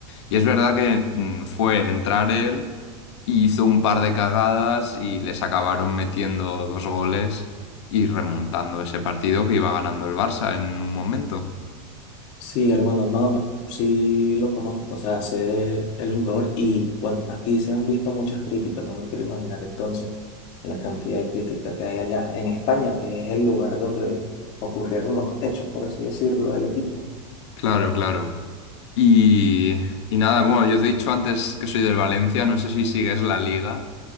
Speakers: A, on the left (about 75°); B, on the left (about 50°).
A: Y es verdad que mm, fue entrar él, hizo un par de cagadas y les acabaron metiendo dos goles y remontando ese partido que iba ganando el Barça en un momento.
B: Sí, hermano, no, no, sí lo conozco, o sea, sé de- el jugador y bueno, aquí se han visto muchas críticas, no me quiero imaginar entonces la cantidad de críticas que hay allá en España, que es el lugar donde ocurrieron los hechos, por así decirlo, del equipo.
A: Claro, claro. Y, y nada, bueno, yo te he dicho antes que soy del Valencia, no sé si sigues la liga,